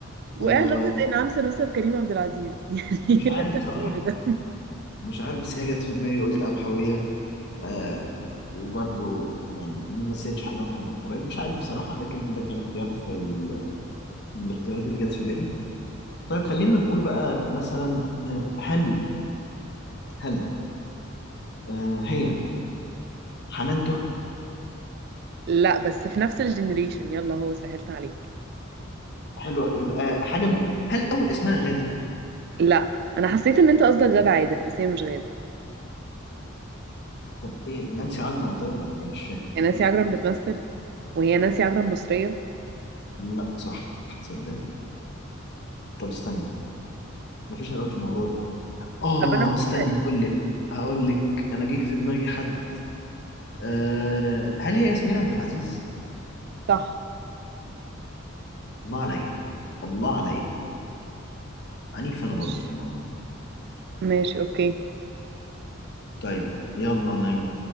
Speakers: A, on the right; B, on the left.
A: وايه
B: آه
A: علاقه انعام سالوسة بكريم عبد العزيز <laughs> يعني ايه
B: مش
A: اللي
B: عارف
A: انت
B: بصراحة
A: بتقوله ده
B: مش عارف بس هي جت في دماغي قلت قمحوية آه وبرضو يعني ما مثلتش حاجة من قريب مش عارف بصراحة لكن ده كان اختيار في ال... من الاختيارات اللي جت في بالي طيب خلينا نقول بقى مثلا آه هل هل آه هي حنان ترك
A: لا بس في نفس الجنريشن يلا هو سهلت عليك
B: حلوة يبقى حاجة من هل أول اسمها غادة
A: لا انا حسيت ان انت قصدك غادة عادل بس هي مش غادة
B: طب إيه نانسي عجرم طيب ولا إيه مش فاهم
A: هي نانسي عجرم بتمثل وهي نانسي عجرم مصرية
B: لا صح تصدقي طب استنى مفيش الأول في الموضوع ده اه
A: طب انا ممكن
B: استني هقول لك هقول لك انا جاي في دماغي حد أه هل هي ياسمين عبد العزيز
A: صح
B: الله عليا الله عليا عنيف انا
A: ماشي
B: برضه في الموضوع
A: ماشي اوكي
B: طيب يلا انا